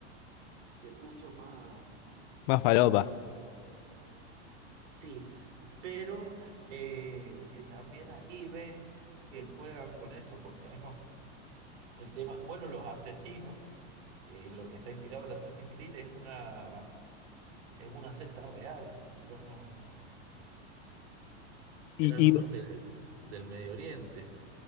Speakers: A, on the right; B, on the left.
A: se puso más...
B: más falopa.
A: más Sí, pero eh, eh, también ahí ves que juegan con eso, porque además el tema, bueno, los asesinos, eh, lo que está inspirado el Assassin's Creed es una, es una secta real, eran unos,
B: Y,
A: eran unos
B: y,
A: de- del Medio Oriente.